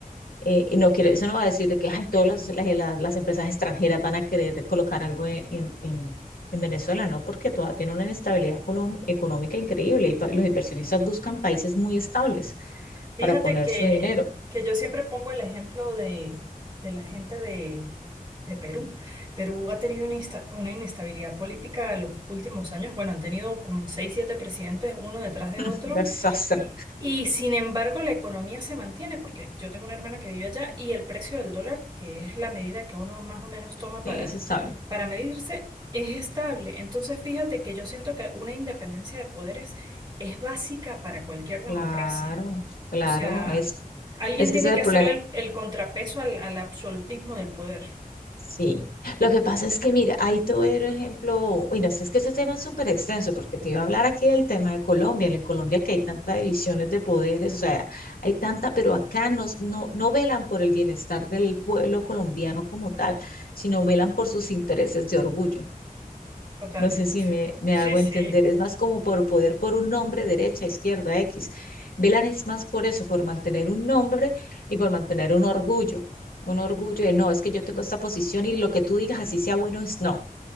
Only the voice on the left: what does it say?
Eh, no quiere, eso no va a decir de que ay, todas las, las- las- las empresas extranjeras van a querer colocar algo en, en- en- en Venezuela, ¿no? Porque todavía tiene una inestabilidad colom- económica increíble y pa- los inversionistas buscan países muy estables
para poner
su dinero.
<laughs>
Desastre.
Sí, es estable.
Claro, claro,
es,
es
que ese es
el
problema.
Sí, lo que pasa es que, mira, ahí te voy a dar un ejemplo, uy, no, sé es que este tema es súper extenso, porque te iba a hablar aquí del tema de Colombia, en el Colombia que hay tantas divisiones de poderes, o sea, hay tanta, pero acá nos, no, no velan por el bienestar del pueblo colombiano como tal, sino velan por sus intereses de orgullo.
No sé si me, me
hago
entender. Es más como por poder, por un nombre, derecha, izquierda, X. Velan es más por eso, por mantener un nombre y por mantener un orgullo. Un orgullo de no, es que yo tengo esta posición y lo que tú digas, así sea bueno, es no.